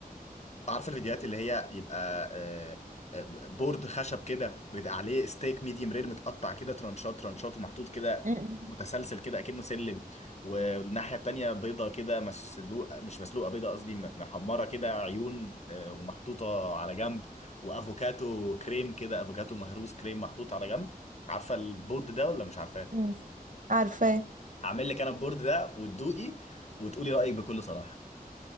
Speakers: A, on the left (about 45°); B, on the right (about 55°).
A: عارفه الفيديوهات اللي هي يبقى آه، آه، بورد خشب كده ويبقى عليه ستيك ميديوم رير متقطع كده ترانشات ترانشات ومحطوط كده
B: أمم.
A: متسلسل كده اكنه سلم والناحيه التانيه بيضه كده مسلوقه مش مسلوقه بيضه قصدي م- محمره كده عيون آه، ومحطوطه على جنب وافوكاتو كريم كده افوكاتو مهروس كريم محطوط على جنب عارفه البورد ده ولا مش عارفاه
B: مم. عارفة
A: هعمل لك انا البورد ده وتدوقي وتقولي رايك بكل صراحه